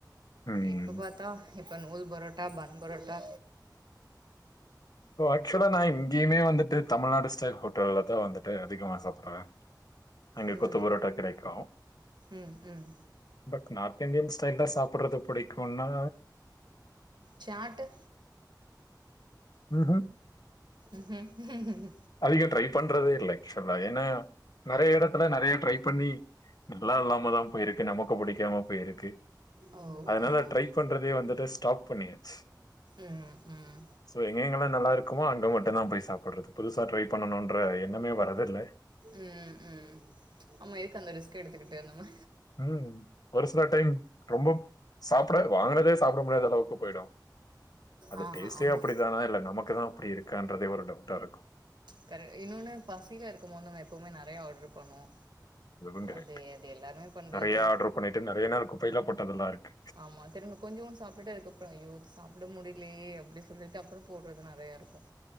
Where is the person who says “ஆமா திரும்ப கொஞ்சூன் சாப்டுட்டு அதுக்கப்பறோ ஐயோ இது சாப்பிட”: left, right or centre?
Right